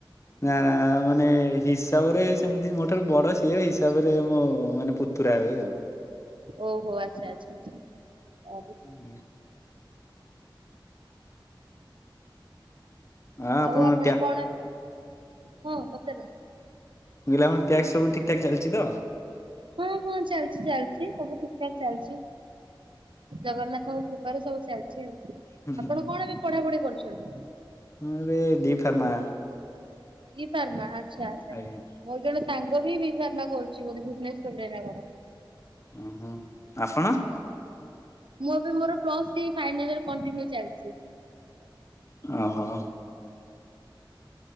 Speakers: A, on the left; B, on the right.
A: ନା ନା ମାନେ ହିସାବ ରେ ସେମତି ମୋ ଠାରୁ ବଡ ସିଏ। ହିସାବ ରେ ମୋ ମାନେ ପୁ ତୁରା ହୁଏ ଆଉ।
B: ଓହୋ! ଆଚ୍ଛା, ଆଚ୍ଛା, ଆଚ୍ଛା <inaudible>
A: ହଁ ଏ ହଁ ଆପଣଙ୍କ
B: ଆଉ ଆପଣ
A: ଟ୍ୟା
B: କଣ ହଁ ପଚାରନ୍ତୁ।
A: ନିଲାମ ଟ୍ୟାକ୍ସ ସବୁ ଠିକ୍ ଠାକ୍ ଚାଲିଛି ତ?
B: ହଁ, ହଁ ଚାଲିଛି ଚାଲିଛି ସବୁ ଠିକ୍ ଠାକ୍ ଚାଲିଛି। ଜଗନ୍ନାଥଙ୍କ କୃପାରୁ ସବୁ ଚାଲିଛି ଆଉ
A: ହୁଁ
B: ଆପଣ
A: ହୁଁ
B: କଣ ଏବେ ପଢାପଢି କରୁଛନ୍ତି?
A: ମୁଁ ଏବେ D pharma.
B: B pharma ଆଛା ଆଛା।
A: ଆଜ୍ଞା
B: ମୋର ଜଣ ସାଙ୍ଗ ବି ବି ଫାର୍ମା କରୁଛି ବୋଧେ ଭୁବନେଶ୍ଵର ରେ ନା କଣ।
A: ଓହୋ ଆପଣ?
B: ମୁଁ ଏବେ ମୋର plus three final year continue ଚାଲିଛି।
A: ଓହୋ।